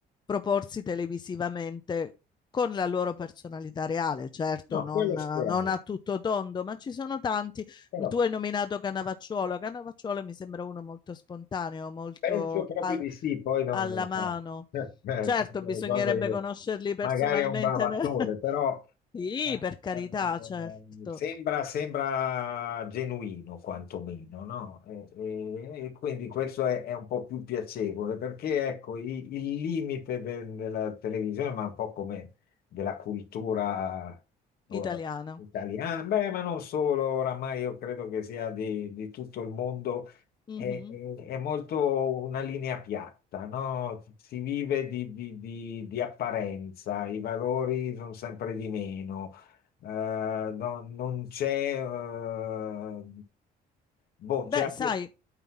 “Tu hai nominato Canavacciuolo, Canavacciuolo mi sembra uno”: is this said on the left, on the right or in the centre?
Left